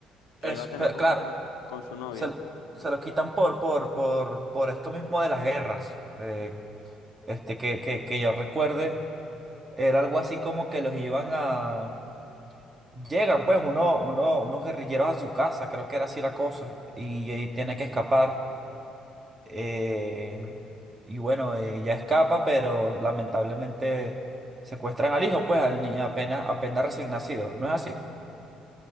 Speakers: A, on the left; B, on the right.
A: que
B: Es,
A: iba a tener
B: pe-
A: junto
B: claro,
A: con, su- con su novio,
B: se, se lo quitan por, por, por, por esto mismo de las guerras. Eh, este, que, que, que yo recuerde, era algo así como que los iban a. Llegan pues uno, uno, unos guerrilleros a su casa, creo que era así la cosa, y, eh, tiene que escapar. eh, y bueno, ella escapa, pero lamentablemente secuestran al hijo, pues al niño apenas, apenas recién nacido, ¿no es así?